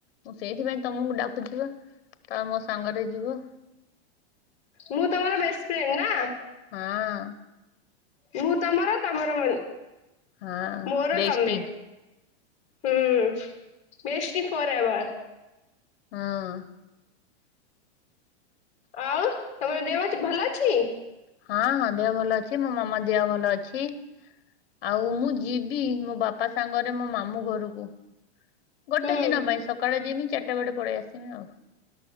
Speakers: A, on the left; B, on the left.
A: ମୁଁ ସେଇଥିପାଇଁ ତମକୁ ଡାକୁଚି ବା ତମେ ମୋ ସାଙ୍ଗରେ ଯିବ।
B: ମୁଁ ତମର ବେଷ୍ ଫ୍ରେଣ୍ଡ୍ ନା?
A: ହଁ।
B: ମୁଁ ତମର ତମର ମେ
A: ହଁ
B: ମୋର
A: ବେଷ୍ଟି
B: ତମେ। ହୁଁ ବେଷ୍ଟି ଫର୍ ଏଭର୍।
A: ହଁ।
B: ଆଉ ତମର ଦେଅମଚ୍ ଭଲ ଅଛି?
A: ହଁ-ହଁ ଦେହ ଭଲ ଅଛି ମୋ ମାମା ଦିଅ ଭଲ ଅଛି। ଆଉ ମୁଁ ଯିବି ମୋ ବାପା ସାଙ୍ଗରେ ମୋ ମାମୁଁ ଘରୁକୁ। ଗୋଟେ
B: ହୁଁ
A: ଦିନ ପାଇଁ ସକାଳେ ଯିମି ଚାରିଟା ବଡେ ପଳେଇ ଆସିମି ଆଉ।